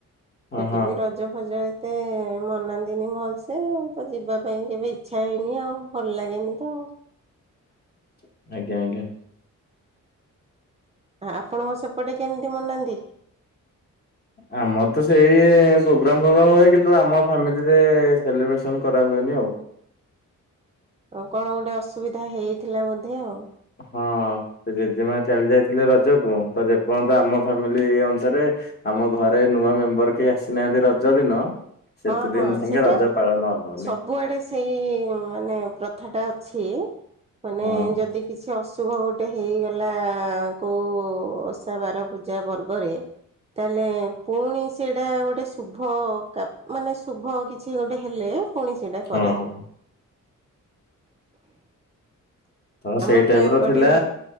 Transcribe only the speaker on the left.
ହଁ
ହଁ
<inaudible>
<inaudible> ଆଜ୍ଞା ଆଜ୍ଞା।
ଆମର ତ ସେଇ ପ୍ରୋଗ୍ରାମ ଫୋଗ୍ରାମ ହୁଏ କିନ୍ତୁ ଆମ ଫାମିଲିରେ ସେଲିବ୍ରେସନ କରା ହୁଏନି ଆଉ। ହ <inaudible>
ହଁ। ସେ ଜେଜେମା ଚାଲି ଯାଇଥିଲେ ରଜକୁ ତ ଯେପର୍ଯ୍ୟନ୍ତ ଆମ ଫ୍ୟାମିଲି ଅନୁସାରେ ଆମ ଘରେ ନୂଆ ମେମ୍ବର କେହି ଆସିନାହାନ୍ତି ରଜ ଦିନ ସେତେ
ଦିନ
ଯାଙ୍କେ
ରଜ ପାଳନ ହବନି
ହଁ
ହଁ
ତ ସେଇ
ଟାଇପ
ର ଥିଲା